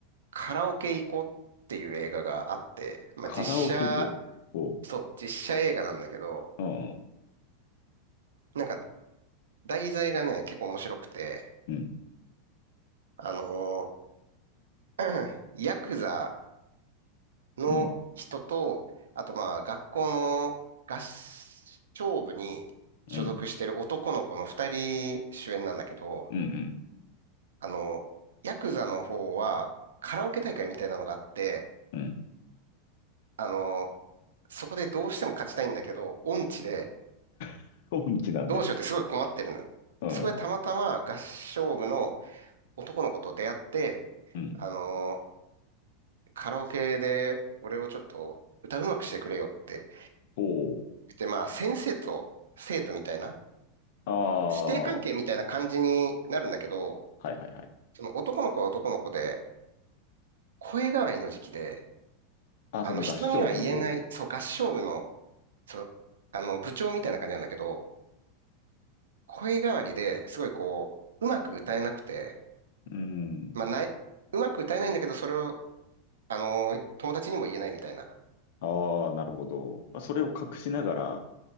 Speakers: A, on the right; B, on the left.
A: カラオケ行こうっていう映画があって、まあ、
B: カラオケ行こう。
A: 実写、
B: おう、
A: そう、実写映画なんだけど、
B: うん、
A: なんか題材がね、結構面白くて、
B: うん、
A: あのー <clears throat> ヤクザの人と、
B: うん、
A: あとまあ学校の合唱部に所属してる男の子の二人主演なんだけど、
B: うん、うん、
A: あのヤクザの方はカラオケ大会みたいなのがあって、
B: うん。うん
A: あのそこでどうしても勝ちたいんだけど、音痴で、
B: <laughs> 音痴なんだ。
A: どうしようってすごい困ってるのよ。
B: うん、
A: そこでたまたま合唱部の男の子と出会って、
B: うん。
A: あのーカラオケで俺をちょっと歌うまくしてくれよって。
B: おう。
A: で、まあ先生と生徒みたいな、
B: ああ、
A: 師弟関係みたいな感じになるんだけど、
B: はいはいはい。
A: その男の子は男の子で、声変わりの時期で、
B: あ、
A: あの人には言えない、
B: その合唱部の方。
A: そう合唱部の、そう、あの部長みたいな感じなんだけど、声変わりですごいこう、うまく歌えなくて、
B: うん。
A: まあ、ない、うまく歌えないんだけど、それを、あのー友達にも言えないみたいな。
B: ああ、なるほど。まあ、それを隠しながら、